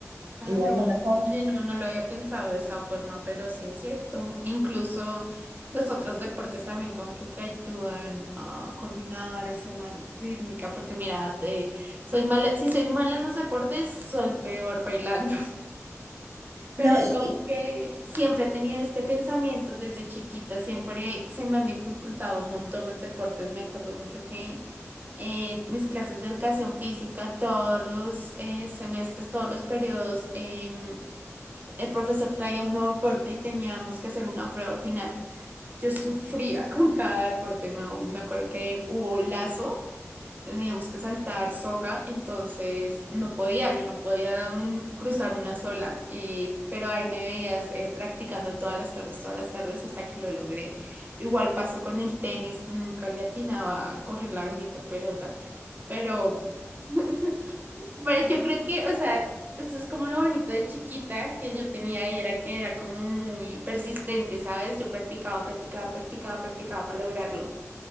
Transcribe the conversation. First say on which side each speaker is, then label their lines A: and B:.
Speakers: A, on the right; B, on the right.
A: claro.
B: y bailo mejor.
A: Oye, no, no lo había pensado de esa forma, pero sí es cierto. Incluso los otros deportes también como que te ayudan a coordinar, a ser más rítmica, porque mira, te- soy mala, si soy mala en los deportes, soy peor bailando. Pero
B: No,
A: es
B: y,
A: como que siempre he tenido este pensamiento desde chiquita, siempre se me han dificultado un montón los deportes. Me acuerdo mucho que eh, mis clases de educación física, todos los eh, semestres, todos los periodos, em, el profesor traía un nuevo deporte y teníamos que hacer una prueba al final. Yo sufría <laughs> con cada deporte nuevo. Me acuerdo que hubo lazo. Teníamos que saltar soga, entonces no podía, yo no podía mm, cruzar una sola, y, pero ahí me veías eh, practicando todas las tardes, todas las tardes hasta que lo logré. Igual pasó con el tenis, nunca le atinaba a coger la bendita pelota, pero, <laughs> pero yo creo que, o sea, eso es como lo bonito de chiquita que yo tenía y era que era como muy persistente, ¿sabes? Yo practicaba, practicaba, practicaba, practicaba para lograrlo,